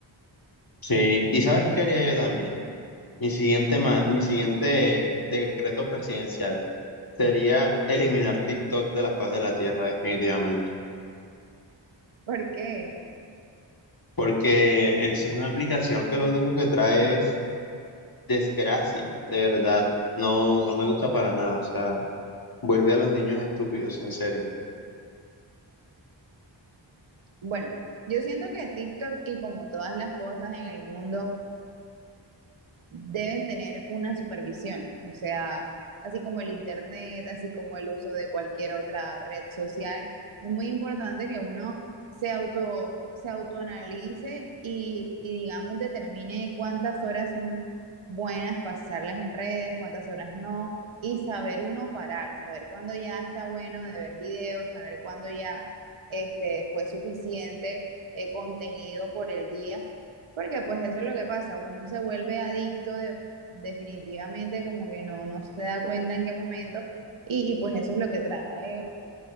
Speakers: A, on the left (about 50°); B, on the right (about 80°).
A: Sí, y ¿sabes qué haría yo también? Mi siguiente, ma- mi siguiente decreto presidencial sería eliminar TikTok de la faz de la Tierra, definitivamente,
B: Porque,
A: porque eso es una aplicación que lo único que trae es desgracia, de verdad, no, no me gusta para nada, o sea, vuelve a los niños estúpidos, en serio.
B: bueno, yo siento que TikTok y como todas las cosas en el mundo, deben tener una supervisión, o sea, así como el internet, así como el uso de cualquier otra red social, es muy importante que uno se auto se autoanalice y, y digamos determine cuántas horas son buenas pasarlas en redes, cuántas horas no, y saber uno parar, saber cuándo ya está bueno de ver videos, saber cuándo ya este fue suficiente eh, contenido por el día porque pues eso es lo que pasa, uno se vuelve adicto de- definitivamente, como que no, no se da cuenta en qué momento, y, y, pues eso es lo que trae